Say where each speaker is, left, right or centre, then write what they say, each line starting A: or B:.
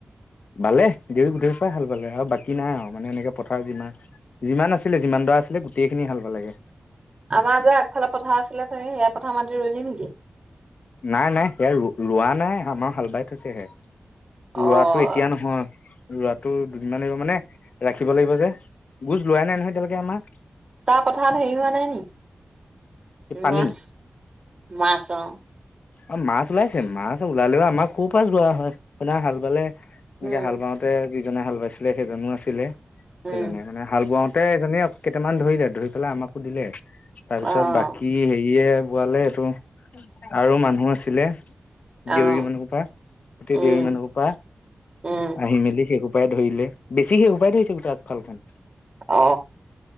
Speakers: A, on the left (about 75°); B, on the right (about 40°).
A: বালে দেউৰী গোটেই হোপাই হাল বালে, আৰু বাকী নাই আৰু মানে এনেকে পথাৰ যিমান যিমান আছিলে যিমান আছিলে গোটেই খিনি হাল বালেগে
B: আমাৰ যে আগফালাৰ পথাৰ আছিলে যে সেয়া পথাৰ মাতি ৰুলি নেকি?
A: নাই-নাই সেয়া ৰ ৰোৱা নাই আমাৰ হাল বাই থৈছেহে। ৰোৱাটো
B: অ',
A: এতিয়া নহয় ৰোৱাটো দুদিনমান মানে ৰাখিব লাগিব যে গোজ লোৱাই নাই, নহয় এতিয়ালৈকে আমাক
B: তাৰ পথাত হেৰি হোৱা নাই নেকি
A: পানী
B: মাছ মাছ অ
A: অ মাছ ওলাইছে মাছ ওলালেও আমাৰ খুৰ <unintelligible> প যোৱা হয় সনা হাল বালে এনেকে
B: উম,
A: হাল বাওঁতে যিজনে হাল বাইছিলে সেইজনো আছিলে
B: উম,
A: সেইজনে মানে হাল বওঁত গোতে এজনীয়ে কেইটামান ধৰিলে ধৰি পেলাই আমাকো দিলে তাৰ
B: অ',
A: পিছত বাকী হেৰিয়ে বোৱালে সেইটো আৰু মানুহ আছিলে
B: অ',
A: দেউৰী মানুহৰ পৰা গোটেই
B: উম,
A: দেউৰী মানুহৰ পৰা
B: উম,
A: আহি মেলি সেই উপপাই <unintelligible> ধৰিলে বেছি সে উপপাই <unintelligible> ধৰিছে আকফালখন
B: অ